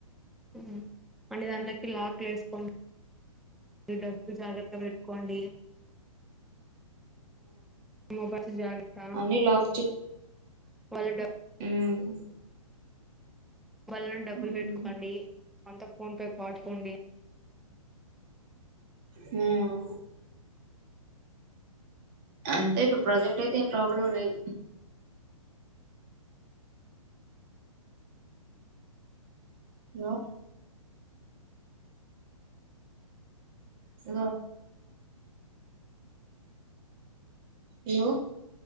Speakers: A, in the centre; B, on the right.
A: ఉమ్ <unintelligible> లాక్లు వేస్కోండి మీరు డబ్బులు జాగ్రత్తగా పెట్టుకోండి. మీ బస్సు జాగ్రత్త
B: కి లాక్ చు
A: లా పెట్ట
B: ఉమ్
A: వాళ్ళని డబ్బు
B: ఉమ్
A: పెట్టుకోండి, అంత ఫోన్ పే వాడుకోండి.
B: ఉమ్ అంటె ఇప్పుడు ప్రజెంట్ అయితే ఏం ప్రాబ్లం లేదు. హలో హలో హలో